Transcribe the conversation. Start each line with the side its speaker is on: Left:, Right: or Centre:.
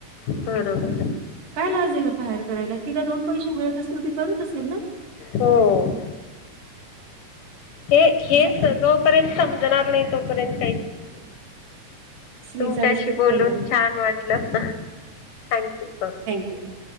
Left: बरोबर.
Right: काय लाजे का भायर करायला, तिला दोन पैसे मिळत असतील, ती करत असेल ना.
Left: हो हो,, हे हेच,
Right: असा
Left: जोऽ तपर्यंत समजणार नाही, तोपर्यंत काहीचऽ
Right: स्त्रीचा
Left: तुमच्याशी
Right: रिस्पेक्ट
Left: बोलून
Right: करणं
Left: छान वाटलं,, थँक यू.
Right: ह,